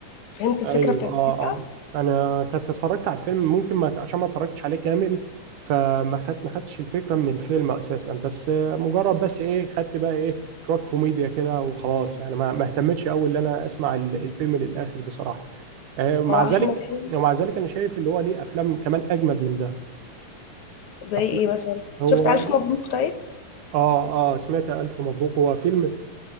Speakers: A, on the left; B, on the right.
A: فهمت الفكرة
B: ايوه
A: بتاعت
B: اه
A: ساعتها
B: اه انا كنت اتفرجت على الفيلم ممكن ما عشان ما اتفرجتش عليه كامل فما خدت ما خدتش الفكره من الفيلم اساسا بس مجرد بس ايه خدت بقى ايه شويه كوميديا كده وخلاص يعني ما ما اهتمتش قوي ان انا اسمع ال- الفيلم للاخر بصراحه آه مع
A: هو
B: ذلك
A: احمد حلمي
B: ومع ذلك انا شايف اللي هو ليه افلام كمان اجمد من ده
A: زي
B: أفلام-
A: ايه مثلا
B: هو
A: شفت الف مبروك طيب
B: اه اه سمعت الف مبروك هو فيلم